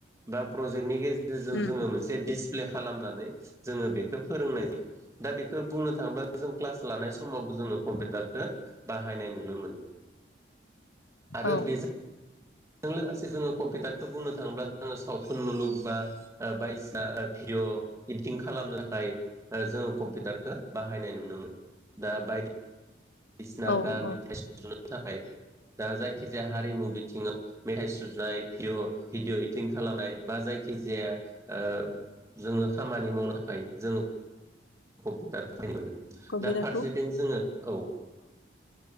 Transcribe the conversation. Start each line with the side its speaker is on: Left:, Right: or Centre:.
Right: बा प्रजेक्टनि गेजेरजों
Left: उम
Right: जोङो मोनसे दिस प्ले खालामनानै जोङो बेखो फोरोंनाय जायो। दा बेखो बुंनो थांङोब्ला जों क्लास लानाय समावबो जोङो कम्पे <unintelligible> टारदो बाहायनाय नुनो मोनो आरो
Left: औ
Right: बेजो <unintelligible> <unintelligible> जों लोगोसे जोङो कम्पिउटारखो बुंनो थाङोब्ला जोङो सावथुन मुलुग बा ओ बायजना ओ भि <unintelligible> र' इदिटिं खालामनो थाखाय ओ जोङो कम्पिउटारखो बाहायनाय नुनो मो <unintelligible> दा बायदिसिना
Left: औ
Right: गान
Left: औ
Right: मेथाइ सुजुनो थाखाय दा जायखिजाया हारिमु बिथिङाव मेथाइ सुजुनाय भिअ' भिडिअ' इदटिं खालामनाय बा जाय जायखि जाया ओ जोङो खामानि मावनो थाखाय जोङो कम्पिटार खाय मोनो
Left: कम्पिउटारखौ
Right: दा फारसेथिं जोङो औ